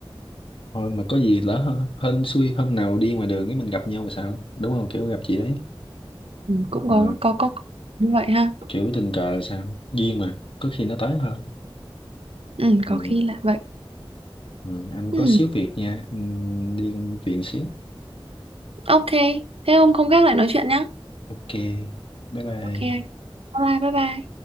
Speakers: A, on the left; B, on the right.
A: thôi mà có gì lỡ hên, hên xui hôm nào đi ngoài đường cái mình gặp nhau là sao đúng không kiểu gặp chị đấy
B: ừ, cũng
A: Ờ,
B: có có có như vậy ha
A: kiểu tình cờ là sao duyên mà có khi nó tới thôi
B: ừ
A: ừ,
B: có khi là vậy
A: ừ, anh
B: ừ
A: có xíu việc nha ừ, đi công chuyện xíu
B: ok thế hôm không khác lại nói chuyện nhá
A: ok bye bye
B: ok anh. bye bye bye bye